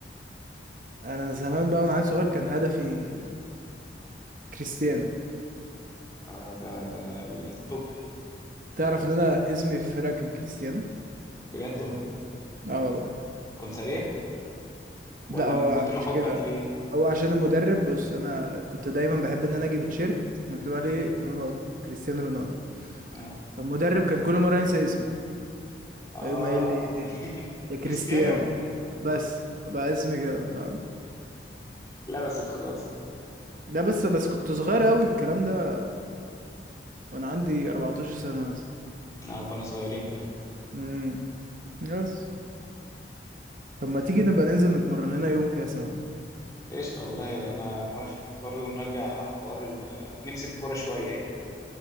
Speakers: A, on the right; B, on the left.
A: انا زمان بقى وانا عيل صغير كان هدفي كريستيانو
B: اه ده ده التوب ده
A: تعرف ان انا اسمي في الفرقه كان كريستيانو
B: بجد والله
A: اه والله
B: كنت سريع
A: لا
B: ولا
A: هو
B: من كتر
A: مش
B: حبك
A: كده
B: ليه؟
A: هو عشان المدرب بص انا كنت دايما بحب ان انا اجيب تيشيرت مكتوب عليه
B: مم.
A: رونالدو كريستيانو رونالدو
B: اه
A: فالمدرب كان كل مره ينسى اسمي
B: اه
A: فيقوم قايل لي
B: <laughs>
A: يا كريستيانو
B: كريستيانو
A: بس بقى اسمي كده فاهم
B: لبست خلاص
A: ده بس بس كنت صغير قوي الكلام ده وانا عندي 14 سنه مثلا
B: آه كنا صغيرين فعلا
A: امم بس طب ما تيجي نبقى ننزل نتمرن لنا يوم كده سوا
B: قشطة والله أنا موافق وبرضه نرجع حوار ال... نمسك كورة شوية يعني